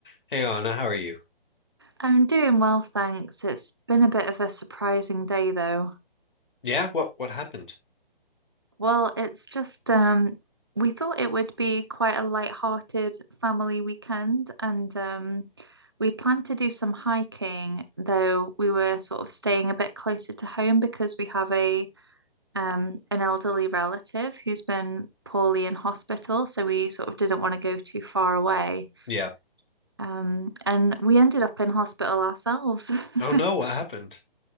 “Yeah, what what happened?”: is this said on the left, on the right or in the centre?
Left